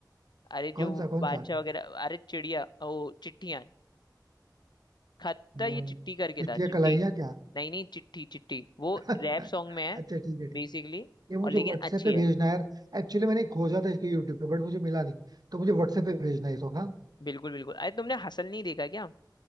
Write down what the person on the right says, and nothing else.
कौन
सा कौन
सा
हम्म,
चिट्ठियां
कलाइयां क्या
<laughs>
अच्छा ठीक है ठीक
है। ये मुझे
व्हाट्सएप
पे भेजना
है यार एक्चुअली मैंने खोजा था इसको यूट्यूब पे बट मुझे मिला नहीं तो मुझे व्हाट्सएप पे भेजना है ये सॉन्ग हाँ